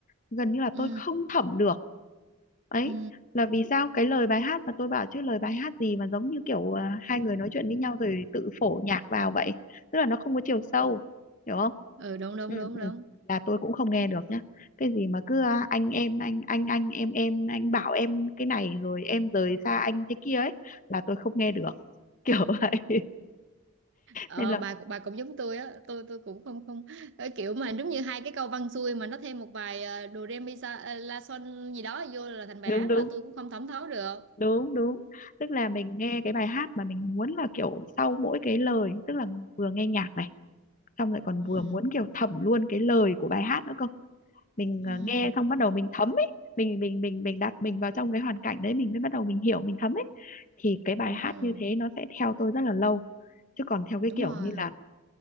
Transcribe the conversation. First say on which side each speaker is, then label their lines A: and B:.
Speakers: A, on the left; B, on the right.
A: gần như là
B: ừ
A: tôi không thẩm được ấy
B: ừ
A: là vì sao cái lời bài hát mà tôi bảo chứ lời bài hát gì mà giống như kiểu à, hai người nói chuyện với nhau rồi tự phổ nhạc vào vậy tức là nó không có chiều sâu hiểu không
B: ừ đúng đúng
A: ừ,
B: đúng đúng
A: ừ. là tôi cũng không nghe được nhá cái gì mà cứ à, anh em anh anh anh em em anh bảo em cái này rồi em rời xa anh thế kia ấy là tôi không nghe được <laughs> kiểu vậy
B: Ờ,
A: nên là
B: bà bà cũng giống tôi á tôi tôi cũng không không ờ, kiểu mà giống như hai cái câu văn xuôi mà nó thêm một vài ờ, do re mi sa ờ, la son gì đó vô là thành bài
A: đúng
B: hát
A: đúng
B: là tôi cũng không thẩm thấu được
A: đúng đúng tức là mình nghe cái bài hát mà mình muốn là kiểu sau mỗi cái lời tức là vừa nghe nhạc này xong lại còn
B: ừ
A: vừa muốn kiểu thẩm luôn cái lời của bài hát nữa cơ mình
B: ừ
A: ờ, nghe xong bắt đầu mình thấm ấy mình mình mình mình đặt mình vào trong cái hoàn cảnh đấy mình mới bắt đầu mình hiểu mình thấm ấy thì cái bài
B: ừ
A: hát như thế nó sẽ theo tôi rất là lâu chứ còn theo cái
B: đúng
A: kiểu
B: rồi
A: như là